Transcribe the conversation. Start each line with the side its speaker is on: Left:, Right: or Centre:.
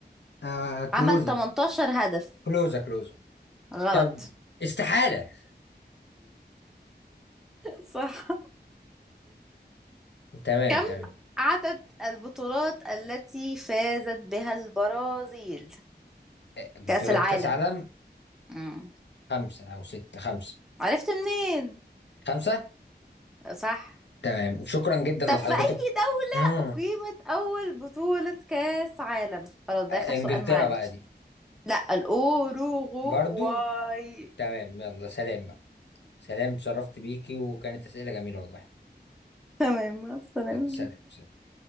Left: آه كلوزا
Centre: عمل 18 هدف
Left: كلوزا كلوزا
Centre: غلط
Left: طب استحالة
Centre: صح
Left: تمام
Centre: كم
Left: تمام
Centre: عدد البطولات التي فازت بها البرازيل
Left: آه، بطولات
Centre: كأس العالم
Left: كأس عالم
Centre: مم.
Left: خمسة أو ستة خمسة
Centre: عرفت منين
Left: خمسة
Centre: صح
Left: تمام شكرا جدا
Centre: طب
Left: لحضرتك
Centre: في أي دولة
Left: مم.
Centre: أقيمت أول بطولة كأس عالم خلاص ده
Left: آه،
Centre: آخر سؤال
Left: إنجلترا
Centre: معانا
Left: بقى دي
Centre: لا الأوروغواي
Left: برضو تمام يلا سلام بقى سلام اتشرفت بيكي وكانت أسئلة جميلة والله
Centre: تمام مع السلامة
Left: يلا سلام سلام.